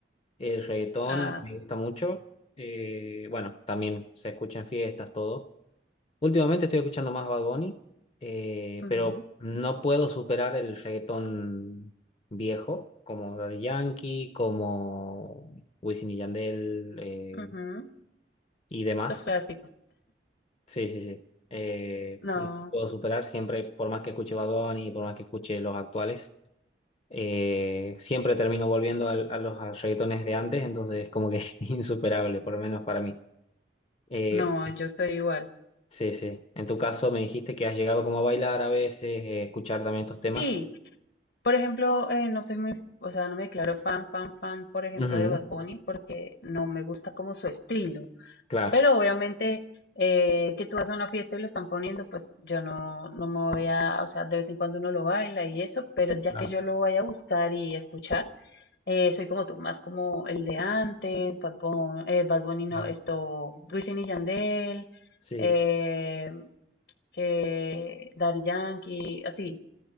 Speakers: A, on the left; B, on the left.
A: El reggaetón
B: Ah,
A: me gusta mucho. Eh, bueno, también se escucha en fiestas, todo. Últimamente estoy escuchando más Bad Bunny, eh,
B: ujú,
A: pero no puedo superar el reggaetón viejo, como Daddy Yankee, como Wisin y Yandel eh,
B: ujú,
A: y demás.
B: los clásicos.
A: Sí, sí, sí. Eh,
B: No,
A: no puedo superar siempre, por más que escuche Bad Bunny, por más que escuche los actuales, eh, siempre termino volviendo al- a, los a reggaetones de antes, entonces es como que <laughs> insuperable, por lo menos para mí. Eh,
B: no, yo estoy igual.
A: sí, sí. En tu caso me dijiste que has llegado como a bailar a veces, eh, escuchar también estos temas.
B: Sí, por ejemplo, eh, no soy muy, o sea, no me declaro fan, fan, fan, por ejemplo,
A: Ujú,
B: de Bad Bunny porque no me gusta como su estilo.
A: Claro,
B: Pero obviamente eh, que tú vas a una fiesta y lo están poniendo, pues yo no, no me voy a, o sea, de vez en cuando uno lo baila y eso, pero ya
A: claro,
B: que yo lo vaya a buscar y escuchar, eh, soy como tú, más como el de antes, Bad Bunny, eh, Bad Bunny no,
A: claro.
B: esto, Wisin y Yandel,
A: Sí,
B: eh, que Daddy Yankee, así